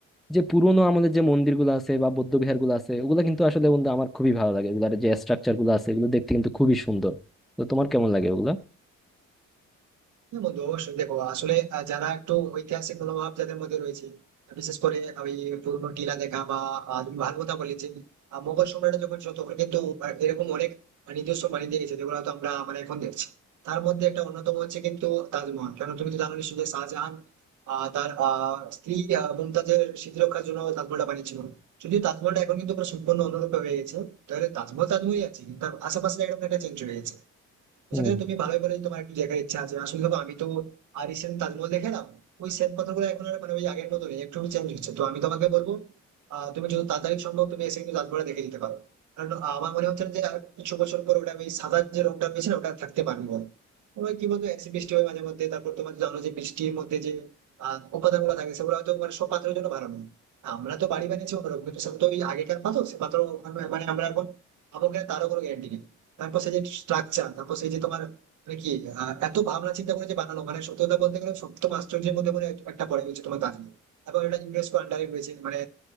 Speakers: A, in the centre; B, on the right.
A: যে পুরোনো আমলের যে মন্দিরগুলো আছে বা বৌদ্ধ বিহারগুলো আছে ওগুলো কিন্তু আসলে বন্ধু আমার খুবই ভালো লাগে এগুলার যে স্ট্রাকচার গুলো আছে এগুলো দেখতে কিন্তু খুবই সুন্দর তো তোমার কেমন লাগে ওগুলা
B: হ্যাঁ বন্ধু অবশ্যই দেখো আসলে আহ, যারা একটু ঐতিহাসিক মনোভাব যাদের মধ্যে রয়েছে বিশেষ করে ওই পুরনো টিলা দেখা বা আহ, তুমি ভালো কথা বললে যে আহ, মোগল সম্রাট যখন ছিল তখন কিন্তু আহ, এরকম অনেক নিজস্ব বানিয়ে দিয়ে গেছে যেগুলো হয়তো আমরা মানে এখন দেখছি তার মধ্যে একটা অন্যতম হচ্ছে কিন্তু তাজমহল কেন তুমি তো জানো নিশ্চয়ই যে শাহজাহান আহ, তার আহ, স্ত্রী আহ, মুমতাজের স্মৃতিরক্ষার জন্য তাজমহলটা বানিয়েছিল যদিও তাজমহলটা এখন কিন্তু পুরো সম্পূর্ণ অন্যরূপে হয়ে গেছে তাহলে তাজমহল তাজমহলই আছে কিন্তু তার আশেপাশে একদম একটা চেঞ্জ হয়ে গেছে তো
A: হুম
B: সেক্ষেত্রে তুমি ভালোই বলে যে তোমার একটু দেখার ইচ্ছা আছে আসলে দেখো আমি তো আর রিসেন্ট তাজমহল দেখলাম ওই শ্বেত পাথরগুলো এখন আর মানে ওই আগের মতো নেই একটু চেঞ্জ হচ্ছে তো আমি তোমাকে বলবো আহ তুমি যত তাড়াতাড়ি সম্ভব তুমি এসে কিন্তু তাজমহলটা দেখে দিতে পারো কারণ আমার মনে হচ্ছে না যে আর কিছু বছর পর ওটা ওই সাদা যে রংটা রয়েছে না, ওটা আর থাকতে পারবে বলো ওই কি বলতো অ্যাসিড বৃষ্টি হয় মাঝে মধ্যে তারপর তোমার তো জানো যে বৃষ্টির মধ্যে যে আহ উপাদান গুলো থাকে সেগুলো হয়তো মানে সব পাত্রের জন্য ভালো নয় আমরা তো বাড়ি বানিয়েছি অন্যরকম কিন্তু সেটা তো ওই আগেকার পাথর সে পাথর ওখানে- মানে আমরা এখন আমাকে তারও কোনো গ্যারান্টি নেই তারপর সেই যে স্ট্রাকচার তারপর সেই যে তোমার মানে কি আহ, এত ভাবনা চিন্তা করে যে বানানো মানে সত্যি কথা বলতে গেলে সপ্তম আশ্চর্যের মধ্যে মনে হয় একটা পড়ে হচ্ছে তোমার দার্জিলিং তারপর এটা ইউনেস্কো আন্ডারে রয়েছে মানে